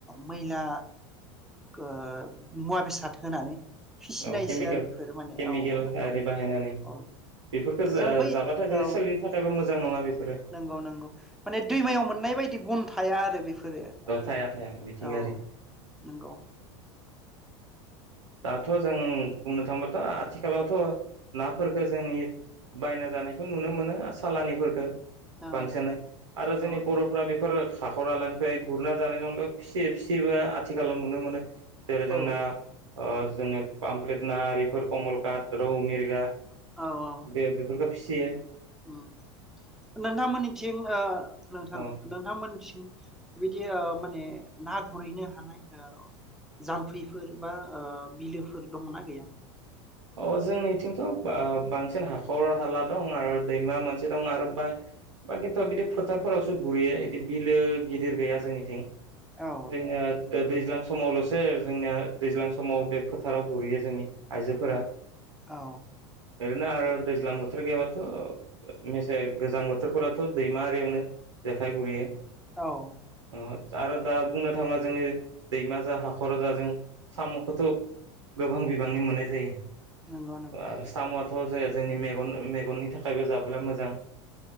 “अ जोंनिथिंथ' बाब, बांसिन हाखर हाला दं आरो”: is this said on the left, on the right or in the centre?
Right